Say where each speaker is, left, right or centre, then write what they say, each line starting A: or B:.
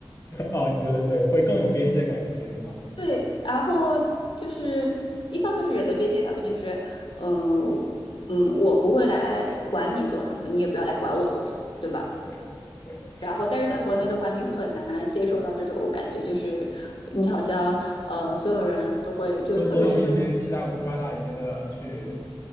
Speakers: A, on the left; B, on the left.
A: 哦，你觉得对，会更有边界感一些，是吗？
B: 对，然后就是一方面是人的边界感吧，就是，嗯、嗯，我不会来管你做什么，你也不要来管我做什么，对吧？
A: 对对，是是的，
B: 然后，但是在国内的话，你很难接受到这种感觉，就是你好像呃，所有人都会，就特别是
A: 总总有一些七大姑八大姨的去，